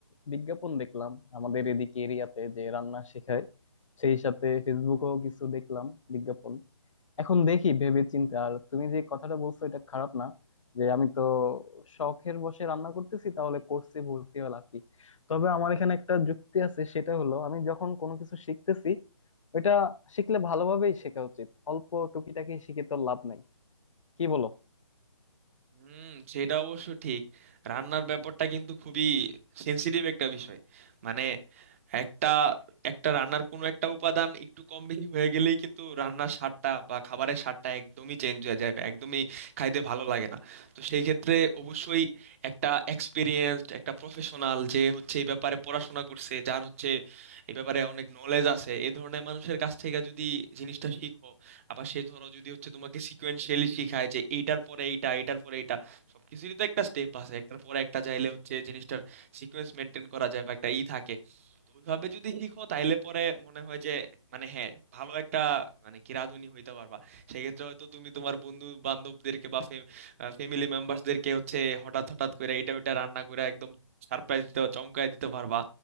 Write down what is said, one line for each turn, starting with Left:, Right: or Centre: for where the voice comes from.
Left: বিজ্ঞাপন দেখলাম আমাদের এদিকে এরিয়াতে যে রান্না শেখায় সেই সাথে ফেসবুকেও কিছু দেখলাম বিজ্ঞাপন এখন দেখি ভেবে চিন্তে আর তুমি যে কথাটা বলছো এটা খারাপ না যে আমি তো শখের বসে রান্না করতেছি তাহলে কোর্সে ভর্তি হলাম কি তবে আমার এখানে একটা যুক্তি আছে সেটা হলো আমি যখন কোনো কিছু শিখতেছি ওইটা শিখলে ভালোভাবেই শেখা উচিত অল্প টুকিটাকি শিখে তো লাভ নাই কি বলো
Right: হুম সেটা অবশ্য ঠিক রান্নার ব্যাপারটা কিন্তু খুবই সেনসিটিভ একটা বিষয় মানে একটা একটা রান্নার কোনো একটা উপাদান একটু কম বেশি হয়ে গেলেই কিন্তু রান্নার স্বাদটা বা খাবারের স্বাদটা একদমই চেঞ্জ হয়ে যায় বা একদমই খাইতে ভালো লাগে না তো সেই ক্ষেত্রে অবশ্যই একটা এক্সপিরিয়েন্সড একটা প্রফেশনাল যে হচ্ছে এই ব্যাপারে পড়াশোনা করছে যার হচ্ছে এই ব্যাপারে অনেক নলেজ আছে এই ধরনের মানুষের কাছ থেকে যদি জিনিসটা শিখো আবার সে ধরো যদি হচ্ছে তোমাকে সিকোয়েন্সিয়ালি শিখায় যে এইটার পরে এইটা এইটার পরে এইটা সবকিছুরই তো একটা স্টেপ আছে একটার পরে একটা চাইলে হচ্ছে জিনিসটার সিকোয়েন্স মেনটেন করা যায় বা একটা ই থাকে তো ওইভাবে যদি শিখো তাইলে পরে মনে হয় যে মানে হ্যাঁ ভালো একটা মানে কি রাঁধুনি হইতে পারবা সেক্ষেত্রে হয়তো তুমি তোমার বন্ধু বান্ধবদেরকে বা ফ্যামিলি মেম্বারসদেরকে হচ্ছে হঠাৎ হঠাৎ করে এটা ওইটা রান্না করে একদম সারপ্রাইজ দিতে চমকায় দিতে পারবা